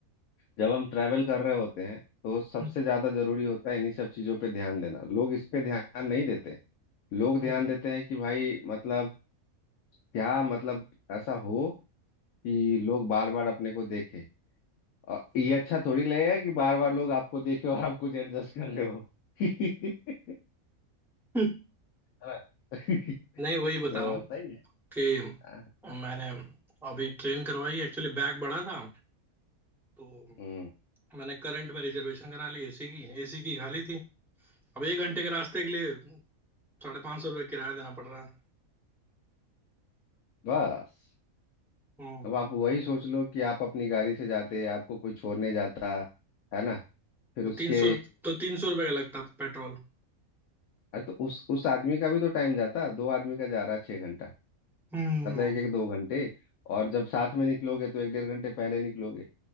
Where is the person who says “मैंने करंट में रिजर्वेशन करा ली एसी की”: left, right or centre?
Centre